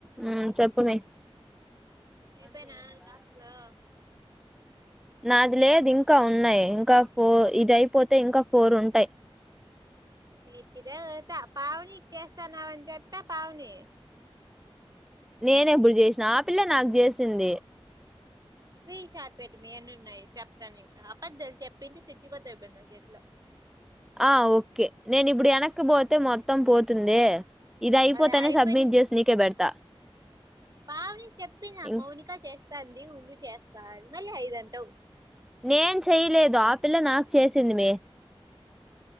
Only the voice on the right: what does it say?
అయిపోయిన టాస్కులు
మెటిద త పావని చేస్తాన్నావని చెప్పా పావని
మీ చార్పేట్ మీ ఎన్ని ఉన్నాయి. చెప్తాను ఇంకా అబద్ద్దలు చెప్పింది. సచ్జిపోతావ్ బ ఎట్లా
అదే అయిపోయినాయి
పావని చెప్పింది నాకు
మౌనిక చేస్తాంది ఉండు చేస్ ఆది మళ్ళీ ఐదంటావు